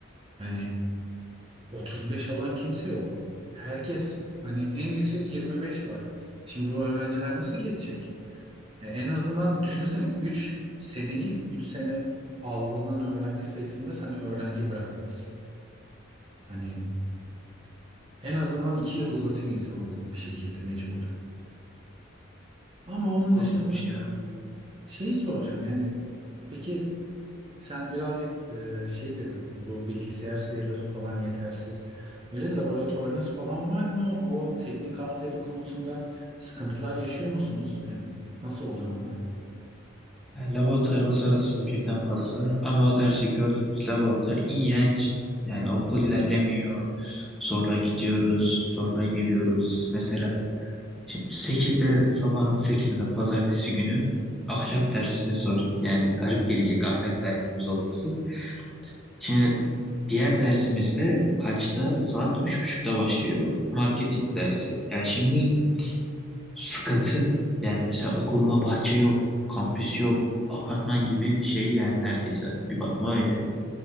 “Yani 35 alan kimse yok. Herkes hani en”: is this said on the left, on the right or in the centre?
Right